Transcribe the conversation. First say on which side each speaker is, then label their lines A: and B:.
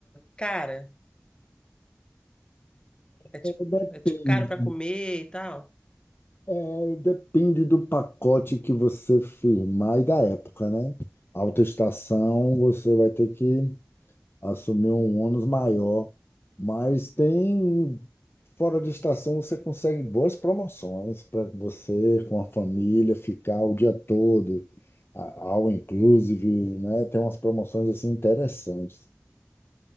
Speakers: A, on the left; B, on the left.
A: cara, é tipo,
B: Depende.
A: é tipo caro pra comer e tal.
B: É, depende do pacote que você firmar e da época, né? Alta estação, você vai ter que assumir um ônus maior, mas tem fora de estação você consegue boas promoções para você com a família ficar o dia todo, a- all inclusive, né? Tem umas promoções assim interessantes.